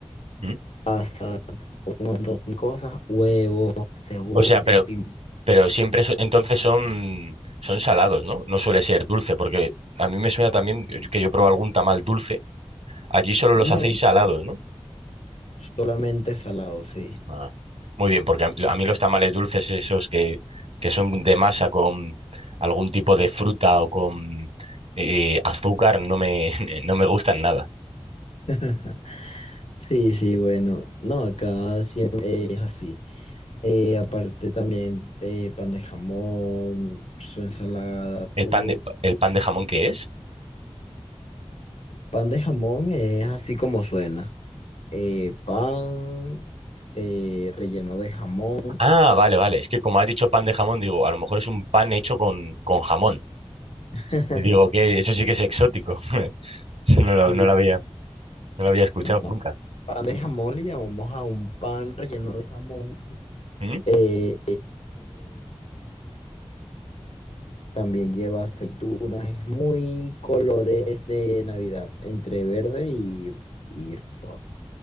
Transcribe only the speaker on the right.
¿Mm?
O sea, pero
Pero siempre su- entonces son, son salados, ¿no? No suele ser dulce, porque a mí me suena también que yo probé algún tamal dulce. Allí solo
los hacéis
salados, ¿no?
Ah, muy bien, porque a, a mí los tamales dulces, esos que, que son de masa con algún tipo de fruta o con eh, azúcar, no me, <laughs> no me gustan nada.
¿El
pan de, el pan de jamón qué es?
Ah, vale, vale. Es que como has dicho pan de jamón, digo, a lo mejor es un pan hecho con, con jamón.
Y digo que eso sí que es exótico. <laughs> No lo,
no lo
había. No lo había escuchado
nunca.
¿Mm?